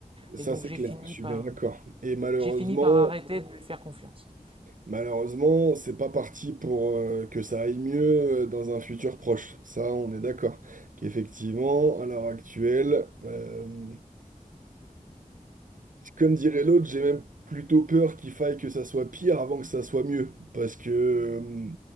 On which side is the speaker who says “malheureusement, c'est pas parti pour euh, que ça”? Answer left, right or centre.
Right